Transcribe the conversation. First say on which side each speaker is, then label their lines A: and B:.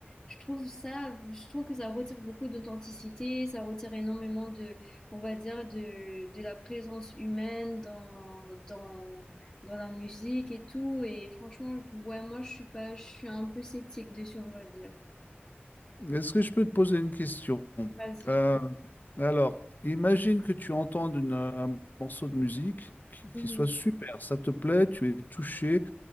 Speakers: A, on the left (about 20°); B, on the left (about 45°).
A: je trouve ça, je trouve que ça retire beaucoup d'authenticité, ça retire énormément de on va dire, de, de la présence humaine dans, dans, dans la musique et tout. Et franchement, je- ouais, moi, je suis pas, je suis un peu sceptique dessus, on va dire.
B: Est-ce que je peux te poser une question?
A: Vas-y.
B: Euh, alors, imagine que tu entends une- un morceau de musique qui,
A: Mhm.
B: qui soit super, ça te plaît, tu es touché,